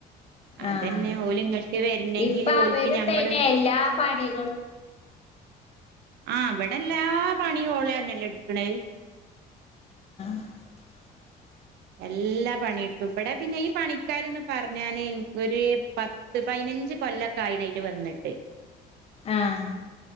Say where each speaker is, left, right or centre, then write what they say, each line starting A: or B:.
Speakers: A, on the right (about 75°); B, on the left (about 35°).
A: അതന്നെ
B: ആഹ്
A: ഓല് ഇങ്ങട്ട് വരണെങ്കില്
B: ഇപ്പ
A: ഓൽക്ക്
B: അവരും
A: ഞമ്മള്
B: തന്നെ എല്ലാ പണികളും.
A: ആഹ് അവിടെല്ലാ പണിയും ഓളന്നല്ലെ എടുക്കണേ.
B: <inaudible>
A: എല്ലാ പണിയെടുക്കും ഇവിടെ പിന്നെ ഈ പണിക്കാരെന്ന് പറഞ്ഞാന് ഒരു പത്ത് ത്ത് പതിനഞ്ച് കൊല്ലക്കെ ആയിന് അവര് വന്നിട്ട്.
B: ആഹ്